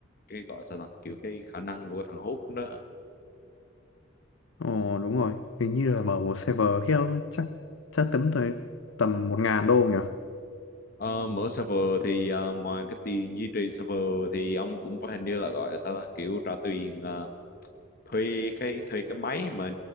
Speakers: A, on the left; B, on the left.
A: cái gọi sao ta kiểu cái khả năng của thằng Hút đó
B: ồ đúng rồi hình như là mở một server kia chắc chắc tấm tới tầm một ngàn đô nhỉ
A: Ờ, mở server thì ờ, ngoài cái tiền duy trì server thì ông cũng phải hình như là gọi là sao ta kiểu trả tiền ờ, thuê cái thuê cái máy mà